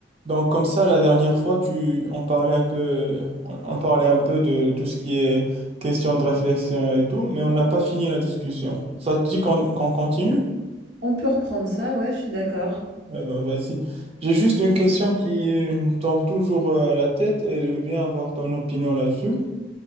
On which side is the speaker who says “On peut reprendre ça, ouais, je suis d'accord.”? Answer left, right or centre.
Right